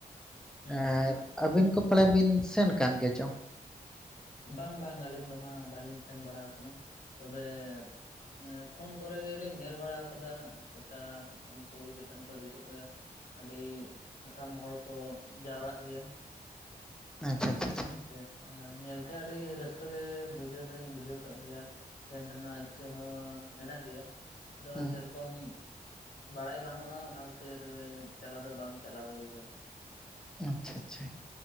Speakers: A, in the centre; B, on the left.
A: ᱾
B: ᱦᱮᱸ
A: ᱟᱨ ᱟᱹᱵᱤᱱ ᱠᱚ ᱯᱟᱞᱮ ᱵᱤᱱ ᱥᱮᱱ ᱠᱟᱱ ᱜᱮᱭᱟ ᱪᱚᱝ?
B: ᱵᱟᱝ ᱵᱟᱝ ᱟᱹᱞᱤᱧ ᱫᱚ ᱦᱟᱸᱜ ᱵᱟᱹᱞᱤᱧ ᱥᱮᱱ ᱵᱟᱲᱟᱣ ᱠᱟᱱᱟ ᱾ ᱛᱚᱵᱮ ᱮ ᱯᱷᱳᱱ ᱠᱚᱨᱮ ᱜᱮᱞᱤᱧ ᱧᱮᱞ ᱵᱟᱲᱟᱣ ᱠᱟᱫᱟ ᱪᱮᱛᱟ ᱵᱩᱨᱩ ᱪᱮᱛᱟᱱ ᱠᱚ ᱫᱮᱡᱚᱜ ᱜᱮᱭᱟ ᱾ ᱟᱹᱰᱤ ᱟᱛᱷᱟᱢ ᱦᱚᱲ ᱠᱚ ᱡᱟᱣᱨᱟᱜ ᱜᱮᱭᱟ ᱾
A: ᱟᱪᱪᱷᱟ ᱟᱪᱪᱷᱟ ᱟᱪᱪᱷᱟ ᱾
B: ᱦᱮᱸᱪᱮ ᱟ ᱧᱮᱞᱛᱮ ᱟᱹᱰᱤ ᱨᱟᱹᱥᱠᱟᱹ ᱜᱮ ᱵᱩᱡᱷᱟᱹᱣ ᱫᱚᱞᱤᱧ ᱵᱩᱡᱷᱟᱹᱣ ᱠᱟᱜ ᱜᱮᱭᱟ ᱾ ᱥᱮᱱ ᱨᱮᱱᱟᱜ ᱤᱪᱪᱷᱟᱹ ᱦᱚᱸ ᱢᱮᱱᱟᱜ ᱜᱮᱭᱟ, ᱟᱫᱚ
A: ᱦᱩᱸ
B: ᱥᱮᱨᱚᱠᱚᱢ ᱵᱟᱲᱟᱭ ᱵᱟᱹᱱᱩᱜᱼᱟ ᱚᱱᱟ ᱠᱷᱟᱹᱛᱤᱨ ᱪᱟᱞᱟᱣ ᱫᱚ ᱵᱟᱝ ᱪᱟᱞᱟᱣ ᱦᱩᱭ ᱟᱠᱟᱱᱟ
A: ᱟᱪᱪᱷᱟ ᱟᱪᱪᱷᱟ᱾